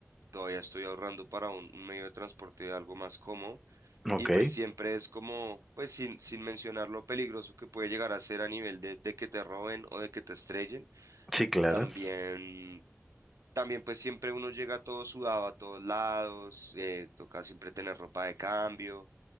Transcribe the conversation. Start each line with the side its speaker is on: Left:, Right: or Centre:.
Right: todavía estoy ahorrando para un, un medio de transporte algo más cómodo.
Centre: Ok,
Right: Y pues siempre es como, pues, sin, sin mencionar lo peligroso que puede llegar a ser a nivel de, de que te roben o de que te estrellen.
Centre: sí, claro.
Right: También, también, pues, siempre uno llega todo sudado a todos lados. eh, toca siempre tener ropa de cambio.